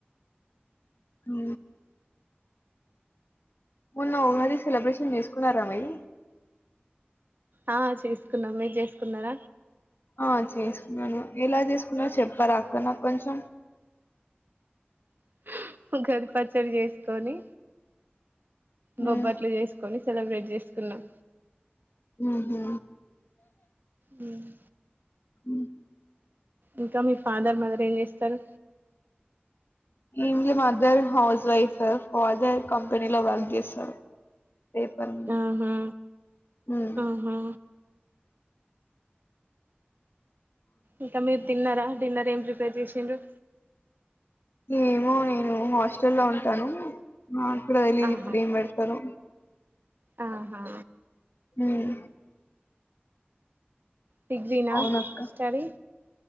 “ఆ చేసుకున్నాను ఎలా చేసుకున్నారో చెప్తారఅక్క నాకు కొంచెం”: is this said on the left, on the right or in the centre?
Left